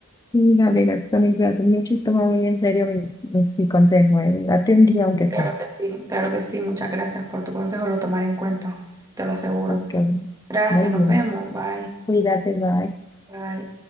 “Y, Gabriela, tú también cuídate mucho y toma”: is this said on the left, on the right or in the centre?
Left